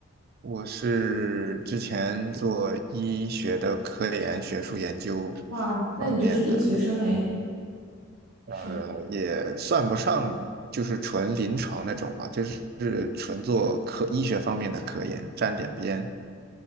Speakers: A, on the right; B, on the right.
A: 我是之前做医学的科研、学术研究
B: 哇哦，那你就是医学生诶，
A: 方面的，呃，
B: 是吗？
A: 也算不上就是纯临床那种吧，就是是纯做科医学方面的科研，沾点边，